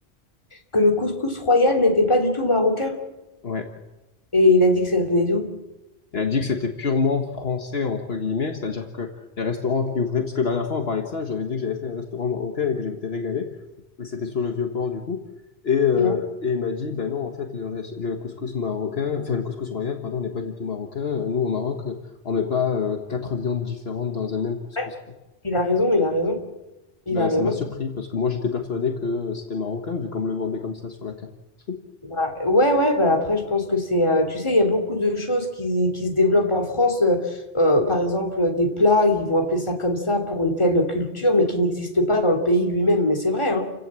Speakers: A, on the left; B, on the left.
A: Que le couscous royal n'était pas du tout marocain.
B: Ouais.
A: Et il a dit que ça venait d'où?
B: Il a dit que c'était purement français, entre guillemets, c'est-à-dire que les restaurants qui ouvraient, parce que la dernière fois on parlait de ça, j'avais dit que j'avais fait un restaurant marocain et que j'avais été régalé, et c'était sur le Vieux-Port du coup, et, euh,
A: Non.
B: et il m'a dit, ben non, en fait, le, res- le couscous marocain, enfin le couscous royal, pardon, n'est pas du tout marocain, nous au Maroc, euh, on met pas euh, quatre viandes différentes dans un même couscous,
A: Ouais,
B: quoi.
A: Il a raison, il a raison, il
B: Ben
A: a raison.
B: ça m'a surpris, parce que moi j'étais persuadé que euh, c'était marocain, vu qu'on me le vendait comme ça sur la carte. <laughs>
A: Bah, ouais, ouais, bah après, je pense que c'est. euh, tu sais, il y a beaucoup de choses qui, qui se développent en France. euh, euh, par exemple, des plats, ils vont appeler ça comme ça pour une telle culture, mais qui n'existe pas dans le pays lui-même. Mais c'est vrai, hein.